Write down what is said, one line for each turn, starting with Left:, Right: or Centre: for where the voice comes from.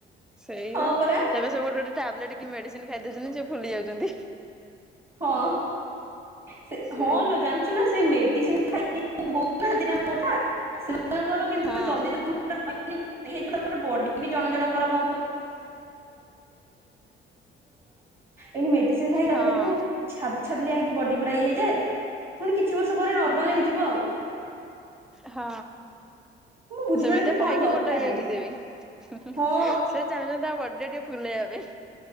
Centre: ସେଇବା
Right: ହଁ ପରା।
Centre: ଏବେ ସେ ଗୋଟେ ଗୋଟେ ଟାବଲେଟ କି ମେଡିସିନ ଖାଇଦଉ ନିଜେ ଫୁଲି ଯାଉଛନ୍ତି।
Right: ହଁ ସେ
Centre: ସେଇ
Right: ହଁ ଲୋ ଜାଣିଛୁ ନା ସେ ମେ ମେଡ଼ିସିନ ଖାଇକି ହଉନାହାନ୍ତି ନା ମୋଟା ସେମାନଙ୍କର କିନ୍ତୁ
Centre: ହଁ
Right: ଜଲଦି ତମ <inaudible> <unintelligible> ଜଣଙ୍କର ଏମିତି ମେଡିସିନ ଖାଇକି ତାଙ୍କର
Centre: ହଁ
Right: ଦେଖିବୁ । ଛାବ ଛାବିଲିଆ ହେଇକି ବଡିଗୁଡା ଇଏ ହେଇଯାଏ ପୁଣି କିଛି ବର୍ଷ ପରେ ନର୍ମାଲ
Centre: ହଁ
Right: ହେଇଯିବ ଆଉ।
Centre: ହଁ।
Right: ମୁଁ ବୁଝିପାରେନି
Centre: ସେମିତି ତ ଖାଇକି
Right: କଣ ଦରକାରେ
Centre: ମୋଟା ହେଇଯାଉଛନ୍ତି ଏବେ
Right: ହଁ
Centre: ସେ ଚାହୁଁଛନ୍ତି ତା ବଡି ଟା ଟିକେ ଫୁଲେଇବା ପାଇଁ।